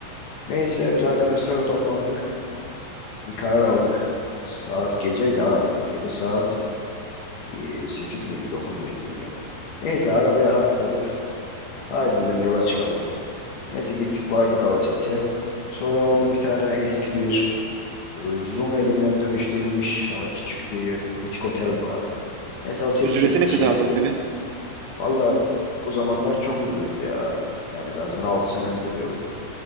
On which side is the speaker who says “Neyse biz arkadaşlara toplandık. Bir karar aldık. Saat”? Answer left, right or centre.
Left